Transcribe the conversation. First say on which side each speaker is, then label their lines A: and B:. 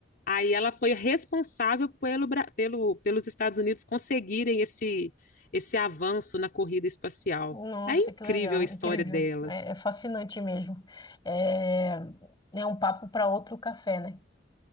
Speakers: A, on the left (about 55°); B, on the left (about 25°).
A: Aí ela foi responsável pelo, Bra- pelo, pelos Estados Unidos conseguirem esse, esse avanço na corrida espacial.
B: Nossa,
A: É incrível
B: que legal,
A: a história
B: incrível,
A: delas.
B: é, é fascinante mesmo. É, é um papo para outro café, né?